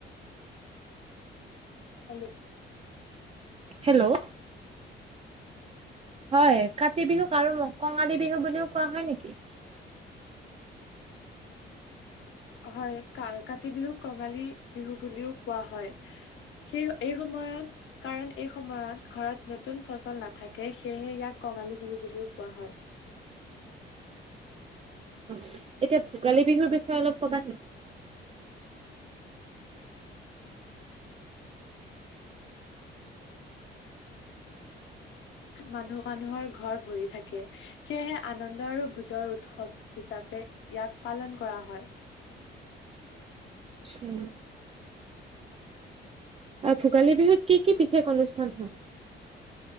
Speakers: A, on the left (about 70°); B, on the right (about 30°).
A: হেল্ল
B: হেল্ল' হয় কাতি বিহুক আৰু কঙালী বিহু বুলিও কোৱা হয় নেকি?
A: হয় কা কাতি বিহুক কঙালী বিহু বুলিও কোৱা হয় সেই এই সময়ত কাৰণ এই সময়ত ঘৰত নতুন ফচল নাথাকে সেয়েহে ইয়াক কঙালী বিহু বুলিওঁ কোৱা হয়।
B: অ এতিয়া ভোগালী বিহুৰ বিষয়ে অলপ কবা নেকি?
A: মানুহৰ ঘৰ ভৰি থাকে সেয়েহে আনন্দ আৰু ভোজৰ উৎসৱ হিচাপে ইয়াক পালন কৰা হয়।
B: উম ভোগালী বিহুত কি কি বিশেষ অনুষ্ঠান হয়?